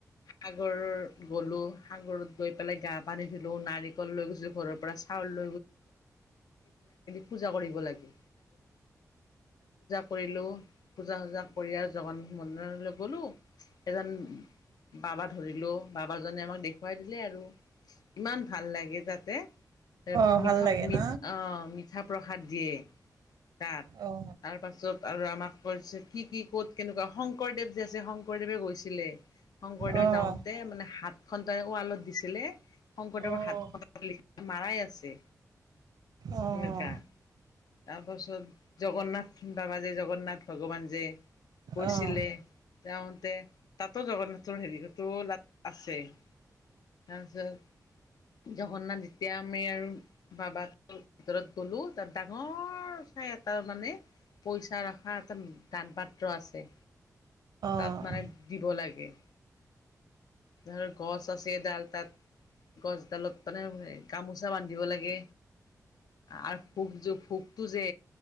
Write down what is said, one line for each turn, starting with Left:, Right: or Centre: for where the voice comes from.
Left: সাগৰত গলো সাগৰত গৈ পেলাই গা পানী ধিলো নাৰিকল লৈ গৈছো ঘৰৰ পৰা চাউল ল পূজা কৰিব লাগে কৰিলোঁ পূজা চূজা কৰি আৰু জগান মন্দিৰলৈ গলো এজন বাবা ধৰিলো বাবাজনে আমাক দেখুৱাই দিলে আৰু ইমান ভাল লাগে যাতে
Right: অ'
Left: মিঠা
Right: ভাল লাগে ন?
Left: আহ মিঠা প্ৰসাদ দিয়ে তাত
Right: অ'
Left: তাৰ পাছত আৰু আমাক কৈছে কি কি ক'ত কেনেকুৱা শংকৰদেৱ যে আছে শংকৰদেৱে গৈছিলে শংকৰদেৱ
Right: অ'
Left: যাওঁতে মানে হাত খ ত ৱালত দিছিলে শংকৰদেৱৰ
Right: অ' অ'
Left: হাত ল মাৰাই আছে
Right: অঁ
Left: সেনেকুৱা তাৰপাছত জগন্নাথ বাবা যে জগন্নাথ ভগৱান যে কৈছিলে
Right: অ' অ'
Left: তেতে তাতো যাব জগন্নাথৰ হেৰিতো লাত আছে তাৰপিছত জঘন্নাথ যেতিয়া আমি আৰু বাবা ভিতৰত গ'লো তাৰপিছ ডাঙৰ চাই এটা মানে পইচা ৰখা এটা দান পাত্ৰ আছে তাত
Right: অ'
Left: মানে দিব লাগে ধৰ গছ আছে ডাল তাত গছডালত মানে গামোচা বান্ধিব লাগে আৰু ফুক যে ফুকটো যে